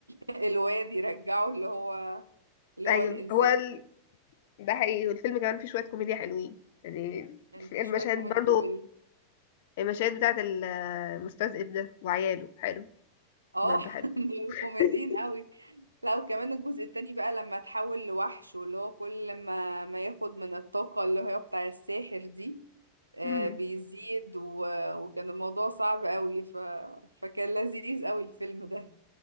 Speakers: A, on the right (about 80°); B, on the left (about 55°).
A: <laughs> الواد يرجعه اللي هو اللي
B: ايوه
A: هو الانسان
B: هو ال... ده حقيقي والفيلم كمان فيه شويه كوميديا حلوين يعني
A: كان يعني
B: المشاهد
A: في شوية كوميدي
B: برضو
A: وال-
B: المشاهد بتاعت ال- المستذئب ده وعياله حلو
A: اه
B: برضه حلو
A: <laughs> دول
B: <laughs>
A: كوميديين قوي لا وكمان الجزء التاني بقى لما تحول لوحش واللي هو كل ما ما ياخد من الطاقة اللي هي بتاع الساحر دي آه
B: مم.
A: بيزيد و... وكان الموضوع صعب قوي ف... فكان لذيذ قوي الفيلم ده